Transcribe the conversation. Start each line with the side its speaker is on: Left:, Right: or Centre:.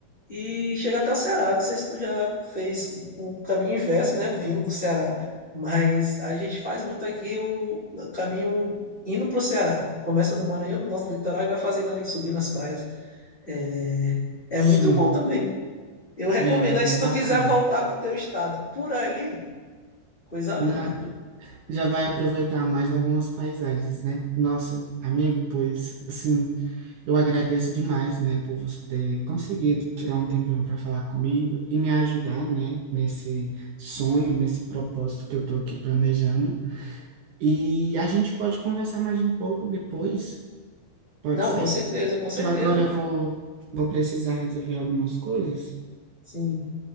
Left: e chega até o Ceará. Não sei se tu já fez o o caminho inverso, né, vindo do Ceará, mas a gente faz muito aqui o, o caminho indo para o Ceará. Começa no Maranhão, no nosso litoral, e vai fazendo ali, subindo as praias. É, é
Right: Sim,
Left: muito bom também. Eu recomendo.
Right: é muito
Left: Aí, se
Right: bacana.
Left: tu quiser voltar pro teu estado por ali, coisa linda.
Right: Na, já vai aproveitar mais algumas paisagens, né? Nossa, amigo, pois assim, eu agradeço demais, né, por você ter conseguido tirar um tempinho para falar comigo e me ajudar, né, nesse sonho, nesse propósito que eu tô aqui planejando. E a gente pode conversar mais um pouco depois, pode
Left: Não,
Right: ser?
Left: com certeza, com certeza.
Right: Que Agora eu vou vou precisar resolver algumas coisas.
Left: Sim,